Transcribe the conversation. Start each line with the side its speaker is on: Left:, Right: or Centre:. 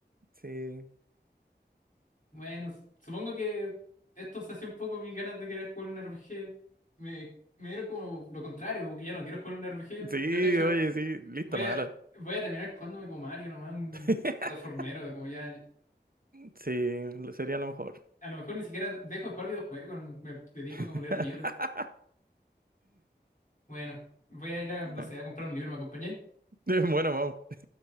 Right: sí.
Left: Bueno, s- supongo que esto se hace un poco mis ganas de querer jugar un RPG. Me, me dieron como lo contrario, como que ya no quiero jugar un RPG.
Right: Sí,
Left: Yo cacho,
Right: oye, sí, lista
Left: voy
Right: mala.
Left: a, voy a terminar jugándome como Mario, nomás un
Right: <laughs>
Left: plataformero, como ya.
Right: Sí, lo- sería lo mejor.
Left: A lo mejor ni siquiera dejo de jugar videojuegos, me dedico
Right: <laughs>
Left: como a leer libros. Bueno, voy a ir a, no
Right: Bueno,
Left: sé, a comprar un libro, ¿me acompañáis?
Right: <laughs> bueno, vamos.